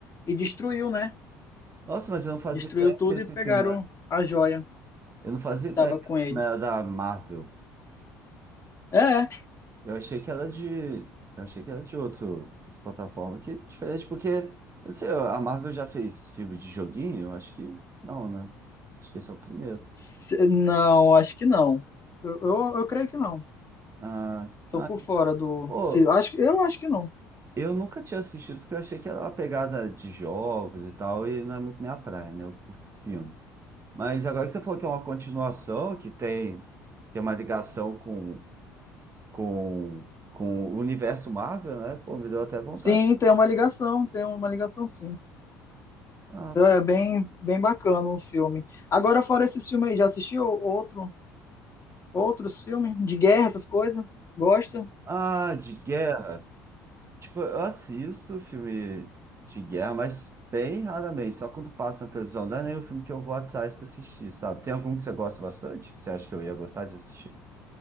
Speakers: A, on the left; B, on the right.
A: e destruiu, né?
B: Nossa, mas eu não fazia
A: Destruiu
B: ideia
A: tudo
B: que esse
A: e pegaram
B: filme era.
A: a joia
B: Eu não fazia
A: que
B: ideia
A: estava
B: que
A: com
B: esse
A: eles.
B: filme era da Marvel.
A: É,
B: Eu achei que era de. Eu achei que era de outro, outra plataforma que é diferente, porque, eu não sei, a Marvel já fez filme de joguinho? Eu acho que não, né? Acho que esse é o primeiro.
A: se- não, acho que não. Eu, eu, eu creio que não.
B: Ah,
A: Tô
B: ah,
A: por fora do.
B: pô,
A: se- acho, eu acho que não.
B: eu nunca tinha assistido, porque eu achei que era uma pegada de jogos e tal, e não é muito minha praia, né? Eu curto filme. Mas agora que você falou que é uma continuação, que tem, tem uma ligação com, com, com o universo Marvel, né? Pô, me deu até vontade.
A: Sim, tem uma ligação, tem uma ligação sim.
B: Ah,
A: É bem, bem bacana o filme. Agora, fora esses filmes aí, já assistiu outro, outros filmes de guerra, essas coisas? Gosta?
B: ah, de guerra. Tipo, eu assisto filme de guerra, mas bem raramente, só quando passa na televisão. Não é nem um filme que eu vou atrás pra assistir, sabe? Tem algum que você gosta bastante? Que você acha que eu ia gostar de assistir?